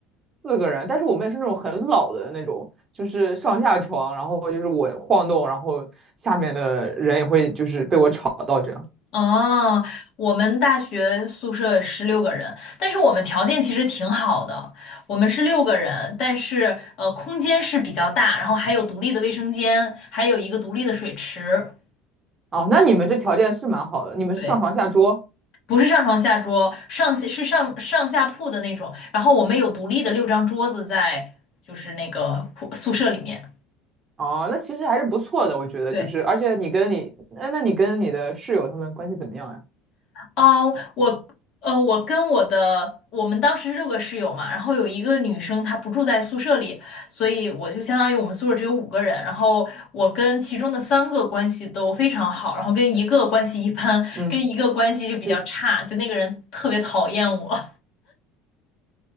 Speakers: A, on the right; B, on the left.
A: 四个人，但是我们也是那种很老的那种，就是上下床，然后就是我晃动，然后下面的人也会就是被我吵到这样。
B: 哦，我们大学宿舍十六个人，但是我们条件其实挺好的，我们是六个人，但是呃，空间是比较大，然后还有独立的卫生间，还有一个独立的水池。
A: 哦，那你们这条件是蛮好的，你们是上床下桌。
B: 对，不是上床下桌，上是上上下铺的那种。然后我们有独立的六张桌子在，就是那个铺宿舍里面。
A: 哦，那其实还是不错的，我觉得就是，
B: 对，
A: 而且你跟你，那那你跟你的室友他们关系怎么样呀？
B: 哦，我呃，我跟我的我们当时是六个室友嘛，然后有一个女生她不住在宿舍里，所以我就相当于我们宿舍只有五个人，然后我跟其中的三个关系都非常好，然后跟一个关系一般，
A: 嗯，
B: 跟一个关系就比较差，
A: 就
B: 就那个人特别讨厌我。